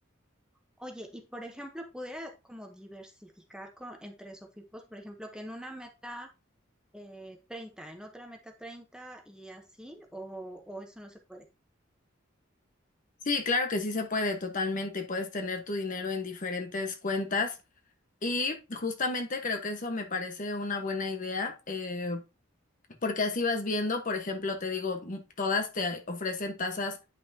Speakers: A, in the centre; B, on the left (about 40°).
A: Oye, y por ejemplo, pudiera como diversificar con, entre SOFIPOS, por ejemplo, que en una meta eh, 30, en otra meta 30 y así, o, o eso no se puede.
B: Sí, claro que sí se puede, totalmente. Puedes tener tu dinero en diferentes cuentas y justamente creo que eso me parece una buena idea eh, porque así vas viendo, por ejemplo, te digo, m- todas te ofrecen tasas